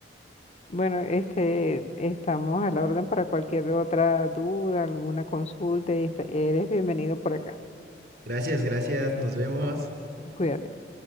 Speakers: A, on the left (about 40°); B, on the right (about 65°).
A: Bueno, este, estamos a la orden para cualquier otra duda, alguna consulta, y esta- eres bienvenido por acá.
B: <laughs> Gracias, gracias, nos vemos.
A: Cuídate.